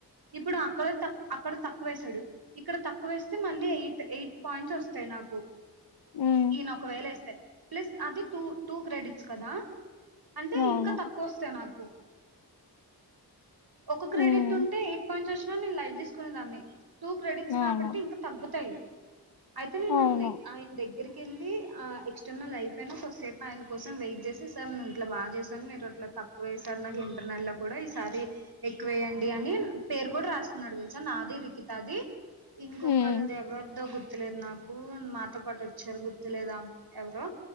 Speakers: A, on the right; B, on the left.
A: ఇప్పుడు అక్కడ తక్కు అక్కడ తక్కువేసాడు. ఇక్కడ తక్కువేస్తే మళ్ళీ ఎయిట్ ఎయిట్ పాయింట్స్ వస్తాయి నాకు
B: ఉమ్,
A: ఈయన ఒకవేళ ఏస్తే ప్లస్ అది టూ టూ క్రెడిట్స్ కదా అంటే
B: అవును
A: ఇంకా తక్కువ వస్తాయి నాకు ఒక క్రెడిట్
B: ఉమ్,
A: ఉంటే ఎయిట్ పాయింట్స్ వచ్చినా నేను లైట్ తీసుకునే దాన్ని టూ క్రెడిట్స్
B: అవును
A: కాబట్టి ఇంకా తగ్గుతాయి అయితే నేను
B: అవును
A: ఆ ఆయన దగ్గరికి వెళ్ళి ఆ ఎక్స్టర్నల్ అయిపోయిన కొద్దీసేపు ఆయన కోసం వెయిట్ చేసి సార్ నేను ఇట్లా బాగా చేశాను మీరు అట్లా తక్ వేసారు నాకు ఇంటర్నల్ లో కూడా ఈసారి ఎక్కువేయండి అని పేరు కూడా రాసుకున్నాడు తెలుసా నాది రికితాది ఇంకొకళది
B: ఉమ్,
A: ఎవరిదో గుర్తులేదు నాకు కు మాతో పాటు వచ్చారు గుర్తులేదా ఆమె ఎవరో